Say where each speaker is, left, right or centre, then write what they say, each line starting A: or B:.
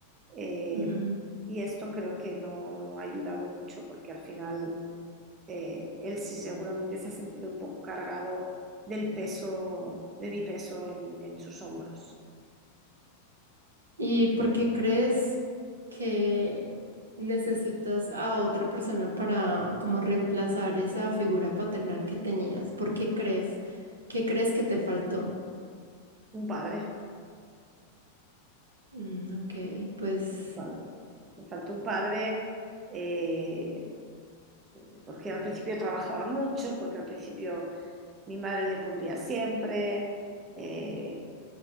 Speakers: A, on the right (about 30°); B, on the right (about 80°).
A: eh,
B: Ujú.
A: y esto creo que no, no ha ayudado mucho porque al final eh, él sí seguramente se ha sentido un poco cargado del peso, de mi peso en, en sus hombros.
B: ¿Y por qué crees que necesitas a otra persona para como reemplazar esa figura paternal que tenías? ¿Por qué crees? ¿Qué crees que te faltó?
A: Un padre.
B: Mm, ok. Pues
A: un padre. Me faltó un padre eh, porque al principio trabajaba mucho, porque al principio mi madre le cubría siempre. eh,